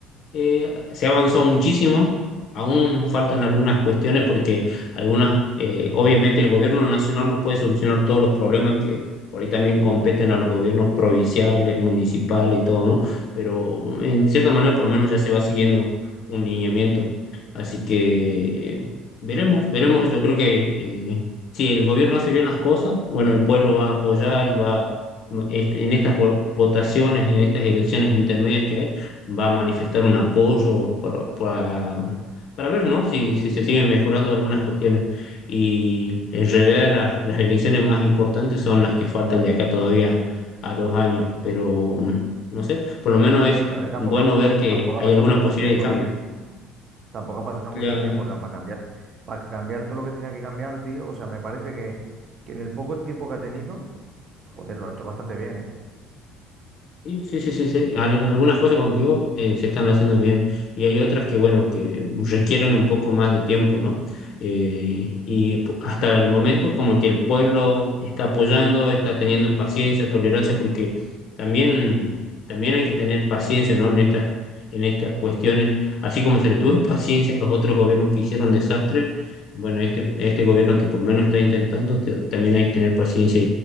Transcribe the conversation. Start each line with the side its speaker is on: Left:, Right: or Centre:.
Left: Eh, se ha avanzado muchísimo, aún faltan algunas cuestiones porque algunas, eh, obviamente el gobierno nacional no puede solucionar todos los problemas que por ahí también competen a los gobiernos provinciales, municipales y todo, ¿no? Pero en cierta manera por lo menos ya se va siguiendo un lineamiento. Así que eh, veremos, veremos, yo creo que eh, si el gobierno hace bien las cosas, bueno, el pueblo va a apoyar y va... este, En estas vo- votaciones, en estas elecciones intermedias que hay, va a manifestar un apoyo para, para, para ver, ¿no? si, si se siguen mejorando algunas cuestiones. Y en realidad las, las elecciones más importantes son las que faltan de acá todavía a dos años, pero no sé, por lo menos es
Right: Me todavía tampoco,
Left: bueno ver que
Right: tampoco
Left: hay
Right: ha pasado
Left: alguna
Right: mucho
Left: posibilidad
Right: tiempo,
Left: de cambio.
Right: tío. Tampoco ha pasado
Left: Claro.
Right: mucho tiempo. O sea, para cambiar, para cambiar todo lo que tenía que cambiar, tío. O sea, me parece que, que en el poco tiempo que ha tenido, joder, lo ha hecho bastante bien, ¿eh?
Left: Sí, sí, sí, sí, sí. Al- algunas cosas, como te digo, eh, se están haciendo bien y hay otras que, bueno, que requieren un poco más de tiempo, ¿no? Eh, y p- hasta el momento como que el pueblo está apoyando, está teniendo paciencia, tolerancia, porque también, también hay que tener paciencia, ¿no? En estas, en estas cuestiones, así como se le tuvo <laughs> paciencia a los otros gobiernos que hicieron desastres, bueno, este, este gobierno que por lo menos está intentando, te- también hay que tener paciencia